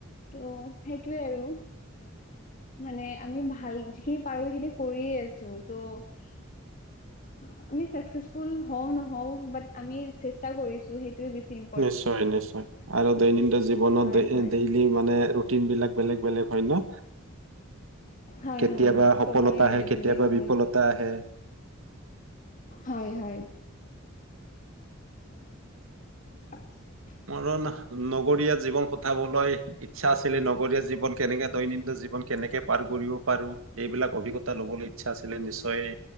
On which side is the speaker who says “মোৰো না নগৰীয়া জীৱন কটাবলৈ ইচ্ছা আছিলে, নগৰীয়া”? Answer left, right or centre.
Right